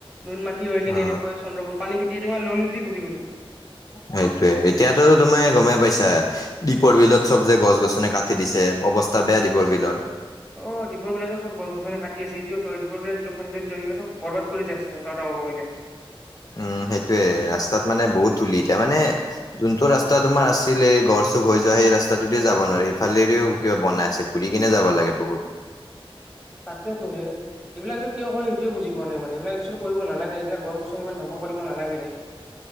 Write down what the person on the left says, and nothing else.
অ
সেইটোয়ে এতিয়াতো তুমাৰ গমেই পাইছা। দীপৰ বিলত চব যে গছ গছনি কাটি দিছে অৱস্থা বেয়া দীপৰ বিলৰ।
উম। সেইটোয়ে ৰাস্তাত মানে বহুত ধূলি এতিয়া মানে যোনটো ৰাস্তা তোমাৰ আছিল এই গড় চুক হৈ যোৱা সেই। ৰাস্তাটো দ যাব নোৱাৰে সিফালেৰেও কিবা বনাই আছে ঘূৰি কিনে যাব লাগে বহুত।